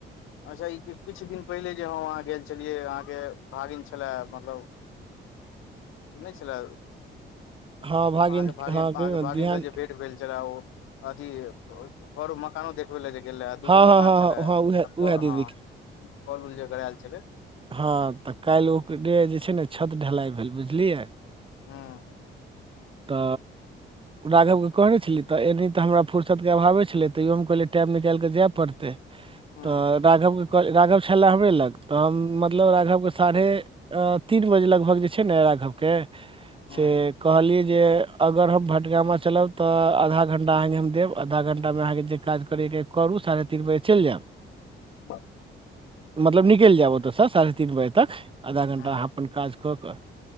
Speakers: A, on the left (about 90°); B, on the right (about 25°).
A: अच्छा ई किछ दिन पहिले जे हम अहाँ गेल छलियैया अहाँके भागिन छला मतलब नै छला?
B: हँ
A: अहाँके भागिन,
B: हँ
A: अहाँके
B: कहियौ ने
A: भागिनसं
B: बिहान
A: जे भेंट भेल छलै ओ अथी बर मकानो देख बुलै ले जे गेल रहै, दूगो
B: हँ हँ
A: मकान
B: हँ
A: छलै
B: हँ हँ उएह
A: आ क
B: उएह दीदी
A: हं कल उल जे गरायल छलै?
B: हं त कालि ओकरे जे छै ने छत ढ़लाइ भेल बुझलिअइ?
A: हं
B: त राघवके कहने छलियै त एनी त हमरा फुरसतके अभावे छलै, तैयो हम कहलियै टाइम निकालिक जाए परतै।
A: हूँ
B: त राघव के कह, राघव छला हमरे लग त हम मतलब राघवके साढ़े अ तीन बजे लगभग जे छै ने राघवके
A: हूँ
B: से कहलिअइ जे अगर हम भटगामा चलब त अ आधा घंटा अहाँके हम देब आधा घंटामें अहाँके जे काज करैके अइ करू, साढ़े तीन बजे चैल जैब।
A: <unintelligible>
B: मतलब निकैल जैब ओतसं साढ़े तीन बजे तक आधा घंटा
A: हूँ
B: अहाँ अपन काज क क